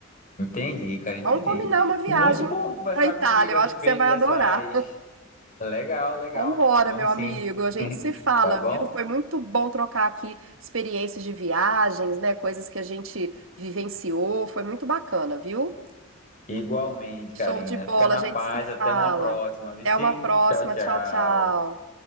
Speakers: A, on the left; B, on the right.
A: Entendi, cara, entendi.
B: Vamos combinar uma viagem
A: Muito bom conversar
B: para Itália,
A: contigo
B: eu
A: a respeito
B: acho que você vai
A: dessas.
B: adorar.
A: Legal, legal.
B: Vambora,
A: Vamos
B: meu amigo.
A: sim,
B: A gente
A: <laughs>
B: se fala,
A: tá bom?
B: viu? Foi muito bom trocar aqui experiências de viagens, né? Coisas que a gente vivenciou. Foi muito bacana, viu?
A: Igualmente, Karina.
B: Show de bola,
A: Fica na
B: a gente
A: paz,
B: se
A: até
B: fala.
A: uma próxima, Vici.
B: Até uma próxima.
A: Tchau, tchau.
B: Tchau, tchau.